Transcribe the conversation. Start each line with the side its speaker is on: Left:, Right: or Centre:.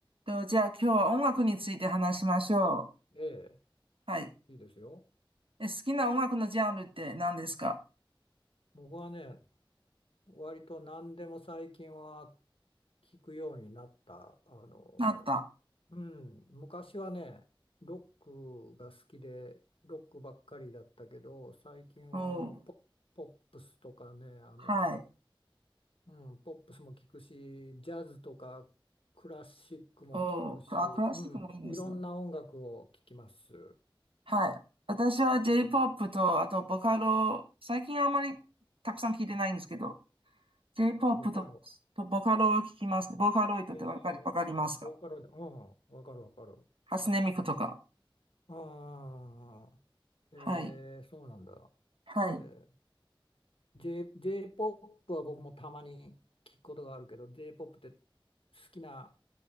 Right: と、じゃあ今日は音楽について話しましょ
Left: え
Right: う。はい。
Left: え、いいですよ。
Right: え、好きな音楽のジャンルって何ですか
Left: 僕はね、割と何でも最近は聞くようになった。あの、
Right: あった。
Left: うん、昔はね、ロックが好きで、ロックばっかりだったけど、最近はあのポ、
Right: おー、
Left: ポップスとかね、あの、
Right: はい。
Left: うん、ポップスも聞くし、ジャズとかクラシックも聞くし、
Right: おー、あ、クラシックもいいですね。
Left: うん、いろんな音楽を聞きます。
Right: はい。私は J-POP と、あとボカロ、最近あんまりたくさん聞いてないんですけど、J-POP
Left: ボカロ。
Right: と、とボカロを聞きますね。ボカロイドってわかり、
Left: ええボーカルで、
Right: わかりますか
Left: うん、わかるわかる。
Right: 初音ミクとか。
Left: ああ、え
Right: はい。
Left: ー、そうなんだ。
Right: はい。
Left: えー、J、J-POP は僕もたまに聞くことがあるけど、J-POP って好きな